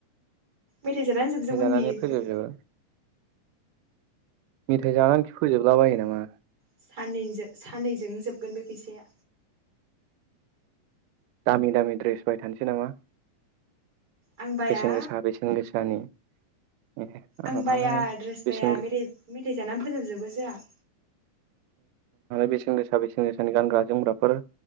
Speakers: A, on the right; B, on the right.
A: मेथाइ जानानो जोबजोबगोन
B: जानानै
A: बियो
B: फोजोबजोबो मेथाय जानानै फोजोबला बायो नामा?
A: सानैजोब साननैजोंनो जोबगोन बे फैसाया।
B: दामि दामि ड्रेस बायथानोसै नामा?
A: आं बाया
B: बेसेन गोसा बेसेन गोसानि ए आंहालाय
A: आं बाया ड्रेस
B: बेसेन
A: बाया
B: गोसा
A: मेथाइ जा मेथाय जानानै फोजोबजोबगोन सो आं
B: बेसेन गोसा बेसेन गोसानि गानग्रा जोमग्राफोर